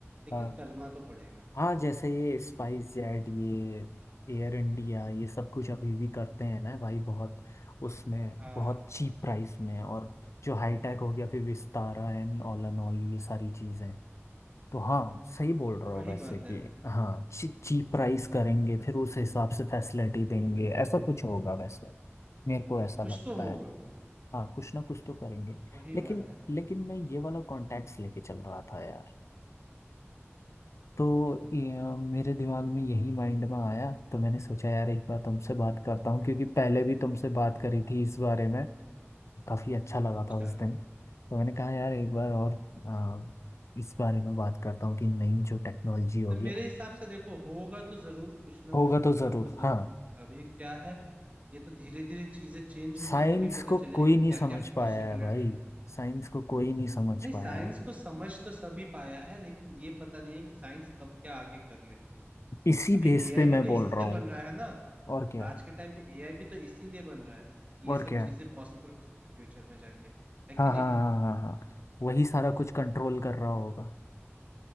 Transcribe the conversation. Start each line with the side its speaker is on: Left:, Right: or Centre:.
Right: लेकिन
Left: हाँ
Right: करना तो पड़ेगा
Left: हाँ जैसे ये स्पाइस जेट ये एयर इंडिया ये सब कुछ अभी भी करते हैं ना भाई बहुत उसमें
Right: हाँ
Left: बहुत चीप प्राइस में और जो हाई टेक हो गया फिर विस्तारा एंड ऑल एंड ऑल ये सारी चीज़ें तो हाँ सही बोल रहे हो
Right: वही
Left: वैसे
Right: बात
Left: कि
Right: है
Left: हाँ ची, चीप प्राइस करेंगे फिर उस हिसाब से फैसिलिटी देंगे ऐसा कुछ होगा वैसे मेरे को ऐसा
Right: कुछ
Left: लगता
Right: तो होगा
Left: है हाँ कुछ ना कुछ तो करेंगे
Right: वही
Left: लेकिन
Right: बात है
Left: लेकिन मैं ये वाला कॉन्टैक्ट्स लेके चल रहा था यार तो ये, अ, मेरे दिमाग में यही माइंड में आया तो मैंने सोचा यार एक बार तुमसे बात करता हूँ क्योंकि पहले भी तुमसे बात करी थी इस बारे में काफ़ी अच्छा लगा
Right: अच्छा
Left: था उस दिन तो मैंने कहा यार एक बार और अ, इस बारे में बात करता हूँ कि नई जो टेक्नोलॉजी होगी
Right: तो मेरे हिसाब से देखो होगा तो जरूर कुछ ना
Left: होगा
Right: कुछ
Left: तो
Right: होगा
Left: ज़रूर
Right: तो जरूर
Left: हाँ
Right: अभी क्या है ये तो धीरे धीरे चीजें चेंज
Left: साइंस
Right: होगी तभी पता
Left: को
Right: चलेगा
Left: कोई
Right: कि क्या
Left: नहीं
Right: क्या
Left: समझ
Right: पॉसिबिलिटी
Left: पाया है भाई साइंस को कोई नहीं समझ
Right: नहीं
Left: पाया
Right: साइंस
Left: है
Right: को समझ तो सभी पाया है लेकिन ये पता नहीं है कि साइंस कब क्या आगे कर ले
Left: इसी
Right: अभी
Left: बेस
Right: एआई
Left: पे मैं
Right: भी तो
Left: बोल
Right: इसीलिए
Left: रहा
Right: बन
Left: हूँ
Right: रहा है ना
Left: और क्या
Right: आज के टाइम पे एआई भी तो इसीलिए बन रहा है कि
Left: और
Right: ये सब
Left: क्या
Right: चीजें पॉसिबल हो सके फ्यूचर में जाके है कि
Left: हाँ
Right: नहीं
Left: हाँ हाँ हाँ हाँ हाँ। वही सारा कुछ कंट्रोल कर रहा होगा